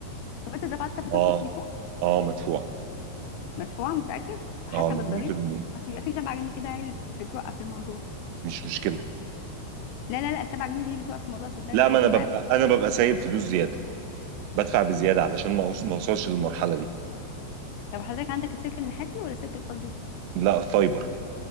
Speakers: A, on the left; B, on the right.
A: طب انت دفعت فاتورة
B: اه
A: التليفون
B: اه مدفوع
A: مدفوعة متأكد حتى
B: اه مليون
A: بالضريبة
B: في المية
A: اصل بيبقى في 7 جنيه كده هي اللي بتوقف الموضوع
B: مش مشكلة
A: لا لا لا 7 جنيه دي بتوقف الموضوع صدقني
B: لا
A: حصل
B: ما انا ببقى
A: معايا بس
B: انا ببقى سايب فلوس زيادة بدفع بزيادة علشان ما أوص- ما اوصلش للمرحلة دي
A: طب حضرتك عندك السلك النحاسي ولا السلك الفضي
B: لا فايبر